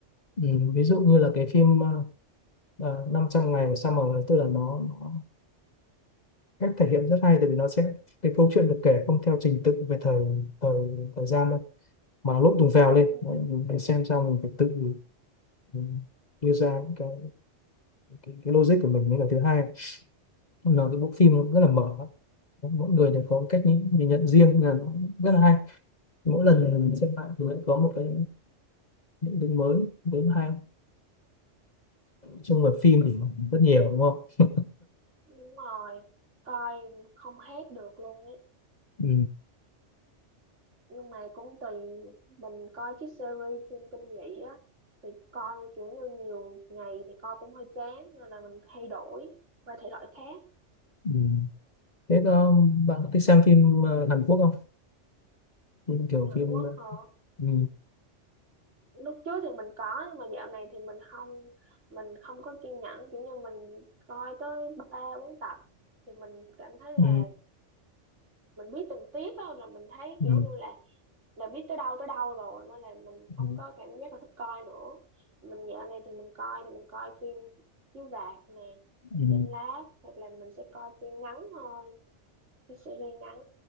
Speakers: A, on the left (about 40°); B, on the right (about 75°).
A: ừ. ví dụ như là cái phim uh, năm trăm ngày của Summer tức là nó, nó cách thể hiện rất hay tại vì nó sẽ cái câu chuyện được kể không theo trình tự về thời thời thời gian đâu mà nó lộn tùng phèo lên
B: ừ.
A: Đấy, mình phải xem sao mình phải tự mình đưa ra những cái, cái cái logic của mình mới là thứ hai là cái bộ phim nó rất là mở mỗi người đều có cách nhìn, nhìn nhận riêng là nó rất là hay mỗi lần mình
B: Ừ.
A: xem lại
B: ừ.
A: thì lại có một cái những cái mới đến hay trong người phim thì rất nhiều đúng không
B: đúng rồi coi không hết được luôn ấy
A: ừ.
B: nhưng mà cũng tùy mình coi cái series phim kinh dị á thì coi kiểu như nhiều ngày thì coi cũng hơi chán nên là mình thay đổi qua thể loại khác
A: Ừ. thế có, bạn có thích xem phim ờ, Hàn Quốc không phim kiểu
B: Hàn
A: phim
B: Quốc
A: ờ,
B: hả
A: ừ.
B: lúc trước thì mình có nhưng mà dạo này thì mình không mình không có kiên nhẫn kiểu như mình coi tới ba bốn tập thì mình cảm thấy là
A: Ừ.
B: mình biết tình tiết á là mình thấy
A: Ừ.
B: kiểu như là là biết tới đâu tới đâu rồi nên là mình không
A: Ừ.
B: có cảm giác là thích coi nữa mình dạo này thì mình coi thì mình coi phim chiếu rạp nè ở
A: Ừ.
B: trên lát hoặc là mình sẽ coi phim ngắn thôi cái series ngắn